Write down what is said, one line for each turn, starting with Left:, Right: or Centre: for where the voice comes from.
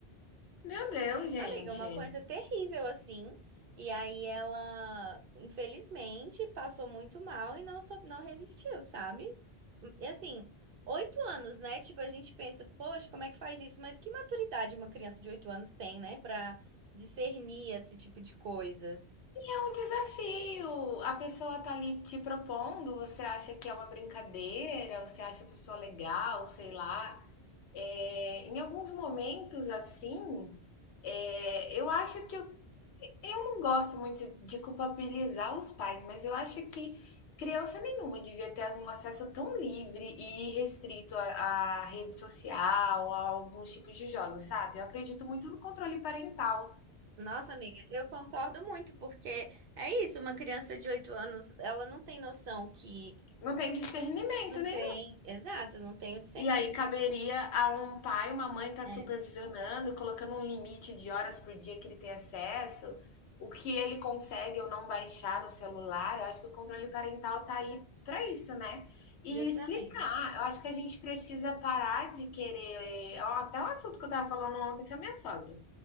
Left: Meu Deus, gente.
Right: Amiga, uma coisa terrível assim. E aí ela, infelizmente, passou muito mal e não, so- não resistiu, sabe? E assim, oito anos, né? Tipo, a gente pensa, poxa, como é que faz isso? Mas que maturidade uma criança de oito anos tem, né? Pra discernir esse tipo de coisa.
Left: E é um desafio. A pessoa tá ali te propondo, você acha que é uma brincadeira, você acha a pessoa legal, sei lá. É, em alguns momentos, assim, é, eu acho que eu, eu não gosto muito de culpabilizar os pais, mas eu acho que criança nenhuma devia ter um acesso tão livre e restrito à, à rede social, a alguns tipos de jogos, sabe? Eu acredito muito no controle parental.
Right: Nossa, amiga, eu concordo muito, porque é isso, uma criança de oito anos, ela não tem noção que
Left: Não tem discernimento,
Right: não
Left: né?
Right: tem, exato, não tem o discernimento.
Left: E aí caberia a um pai, uma mãe estar
Right: É,
Left: supervisionando, colocando um limite de horas por dia que ele tem acesso, o que ele consegue ou não baixar no celular. Eu acho que o controle parental está aí para isso, né? E
Right: justamente.
Left: explicar. Eu acho que a gente precisa parar de querer. ó, até um assunto que eu estava falando ontem com a minha sogra.